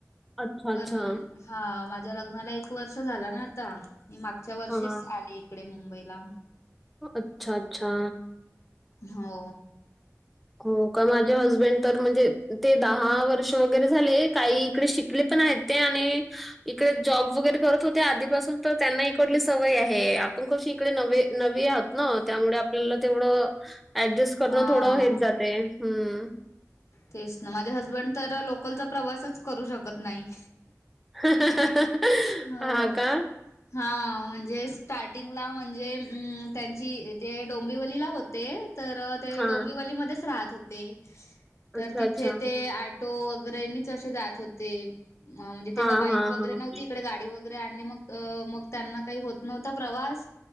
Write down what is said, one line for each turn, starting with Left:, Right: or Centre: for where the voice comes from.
Centre: अच्छा, अच्छा.
Left: पण हा माझ्या लग्नाला एक वर्ष झाला ना आता मी मागच्या वर्षी.
Centre: हां.
Left: ली इकडे मुंबईला.
Centre: अच्छा अच्छा.
Left: हो.
Centre: <inaudible> हो का माझे हजबंड तर म्हणजे ते दहा वर्ष वगैरे झाले काही इकडे शिकले पण आहेत. ते आणि. इकडे जॉब वगैरे करत होते आधीपासून तर त्यांना इकडली सवय आहे आपण कशी इकडे न नवी आह. न त्यामुळे आपल्याला तेवढं ऍडजस्ट करणं
Left: हां,
Centre: थोडं हेच जाते हम्म.
Left: तेच ना माझे हसबंड तर लोकलचा प्रवासच करू शकत नाही.
Centre: <unintelligible>
Left: हो
Centre: हां का?
Left: हा म्हणजेच. स्टार्टिंगला म्हणजे त्यांची जे डोंबिवलीला होते. तर ते
Centre: हां.
Left: डोंबिवलीमध्येध्येच राहत होते
Centre: अच्छा,
Left: तर तिथे
Centre: अच्छा.
Left: ते आठ. टो वगैरेच असे जात होते म्हणजे
Centre: हां,
Left: तेव्हा बाईक.
Centre: हां,
Left: वगैरे
Centre: हां.
Left: नव्हती इकडे गाडी वगैरे आणि मग मग त्यांना काही होत नव्हता प्रवास.